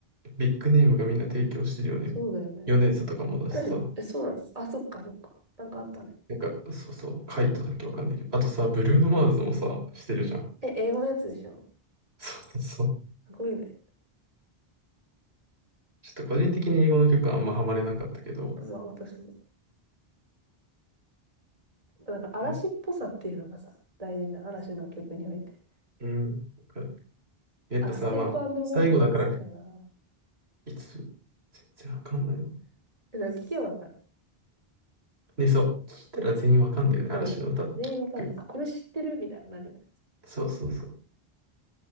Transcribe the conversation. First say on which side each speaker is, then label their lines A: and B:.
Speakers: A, on the right; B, on the right.
A: ビッグネームがみんな提供してるよね。
B: そうだよね。
A: 米津とかもだしさ。
B: <laughs> うんえ、そうなのあ、そっかそっか。なんかあったね。
A: なんか、そうそう、カイトだっけわかんないけど。あとさ、ブルーノ・マーズもさ、してるじゃん。
B: え、英語のやつでしょ
A: そうそうそう。
B: すごいね。
A: ちょっと個人的に英語の曲はあんまハマれなかったけど。
B: まあ私も。なんか嵐っぽさっていうのがさ、
A: ね
B: 大事な嵐の曲において。
A: うん。なんかやっぱさ、
B: あ、ステップゴーとかも好きだな。
A: まあ、最後だから、いつ、全然わかんないよ。
B: え、なんか聞けばわかる。
A: ね、そう。聞いたら全員わかんだよね、嵐の歌って結局。
B: そう。全員わかんない。あ、これ知ってるみたいな、なるよね。
A: そうそうそう。